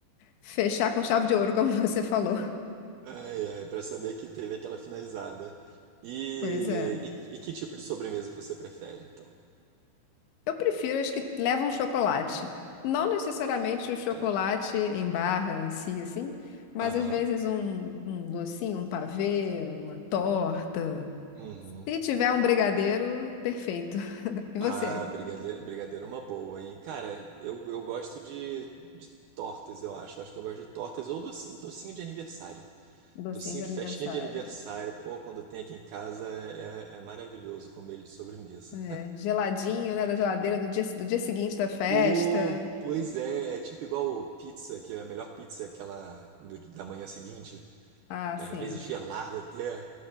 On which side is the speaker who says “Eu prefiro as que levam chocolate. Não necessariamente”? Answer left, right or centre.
Left